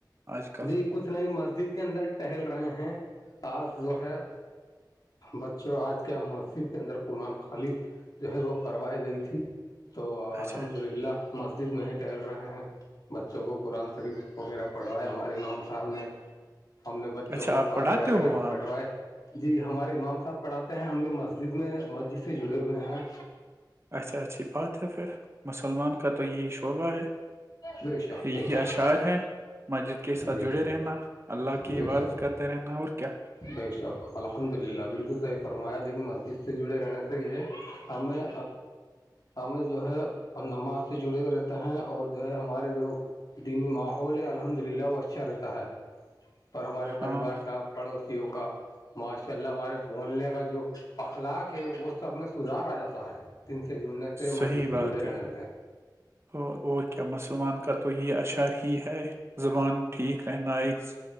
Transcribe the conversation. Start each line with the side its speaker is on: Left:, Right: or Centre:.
Right: آج کل
Left: جی کچھ نئی مسجد کے اندر ٹہل رہے ہیں آج جو ہے بچوں آج کے مسجد کے اندر قنآان خالی جو ہے وہ کروائی گئی تھی تو
Right: اچھا
Left: الحمد للہ مسجد میں ہی ٹہل رہے ہیں بچوں کو قرآن شریف وغیرہ پڑھوائے ہمارے امام صاحب نے ہم نے بچوں
Right: اچھا
Left: کو
Right: آپ
Left: پارے
Right: پڑھاتے
Left: وغیرہ
Right: ہو وہاں
Left: بنٹوائے جی ہمارے امام صاحب پڑھاتے ہیں ہم بھی مسجد میں مسجد سے جڑے ہوئے ہیں
Right: اچھا اچھی بات ہے پھر مسلمان کا تو یہی شعبہ ہے
Left: بے شک
Right: یہی
Left: بے شک
Right: اشعار ہے مسجد کے ساتھ
Left: جی
Right: جڑے رہنا اللہ کی
Left: بے
Right: عبادت
Left: شک
Right: کرتے رہنا اور کیا
Left: بے شک الحمد للہ بالکل صحیح فرمایا لیکن مسجد سے جڑے رہنے سے یہ ہے ہمیں ہمیں جو ہے نماز سے جڑے ہوئے رہتے ہیں اور جو ہے ہمارے لوگ دینی ماحول ہے الحمد للہ وہ اچھا رہتا ہے پر ہمارے
Right: ہاں
Left: پریوار کا پڑوسیوں کا ماشاء اللہ ہمارے بولنے کا جو اخلاق ہے وہ سب میں سدار آ جاتا ہے دن سے جڑنے سے
Right: صحیح
Left: مسجد سے
Right: بات
Left: جڑے
Right: ہے
Left: رہنے سے
Right: اور اور کیا مسلمان کا تو یہ اشعار ہی ہے زبان ٹھیک رہناائق